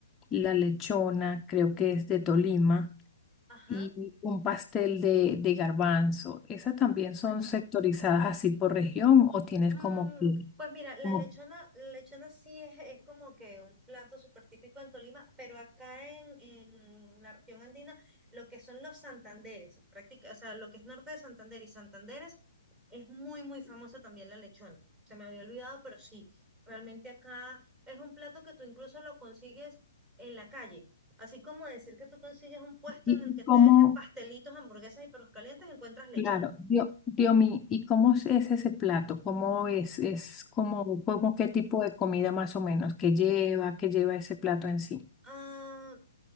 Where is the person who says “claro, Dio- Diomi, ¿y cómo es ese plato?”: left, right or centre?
Left